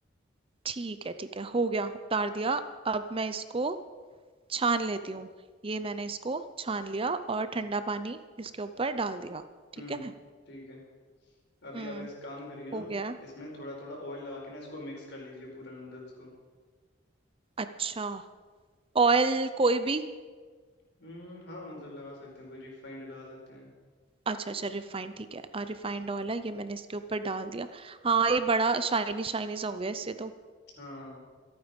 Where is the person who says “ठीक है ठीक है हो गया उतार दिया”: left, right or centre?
Right